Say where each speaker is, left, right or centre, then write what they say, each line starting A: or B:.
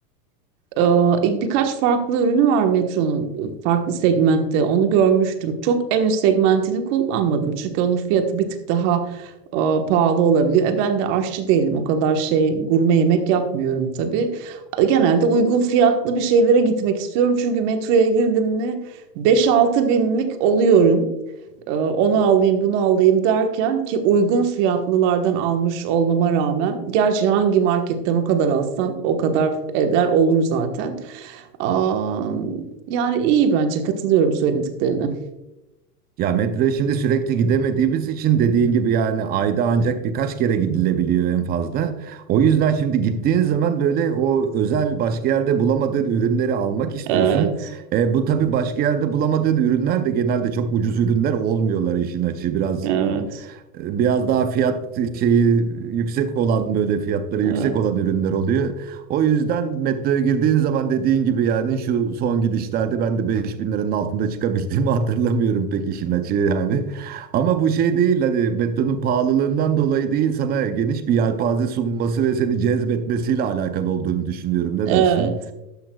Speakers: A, on the right (about 40°); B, on the right (about 20°).
A: Ee, ilk birkaç farklı ürünü var Metro'nun ıı, farklı segmentte. Onu görmüştüm. Çok en üst segmentini kullanmadım. Çünkü onun fiyatı bir tık daha e, pahalı olabiliyor. E, ben de aşçı değilim. O kadar şey gurme yemek yapmıyorum tabii. Genelde uygun fiyatlı bir şeylere gitmek istiyorum. Çünkü metroya girdim mi beş altı binlik oluyorum. Ee, onu alayım, bunu alayım derken ki uygun fiyatlılardan almış olmama rağmen gerçi hangi marketten o kadar alsam o kadar eder olur zaten. Aa, yani iyi bence katılıyorum söylediklerine.
B: Ya metroya şimdi sürekli gidemediğimiz için dediğin gibi yani ayda ancak birkaç kere gidilebiliyor en fazla. O yüzden şimdi gittiğin zaman böyle o özel başka yerde bulamadığın ürünleri almak istiyorsun.
A: Evet,
B: E, bu tabii başka yerde bulamadığın ürünler de genelde çok ucuz ürünler olmuyorlar işin açığı. Biraz
A: evet,
B: e, biraz daha fiyat şeyi yüksek olan böyle fiyatları
A: evet.
B: yüksek olan ürünler oluyor. O yüzden metroya girdiğin zaman dediğin gibi yani şu son gidişlerde ben de 5000 liranın altında çıkabildiğimi <laughs> hatırlamıyorum pek işin açığı yani. Ama bu şey değil hani metronun pahalılığından dolayı değil sana geniş bir yelpaze sunması ve seni cezbetmesiyle alakalı olduğunu düşünüyorum. Ne
A: Evet.
B: dersin?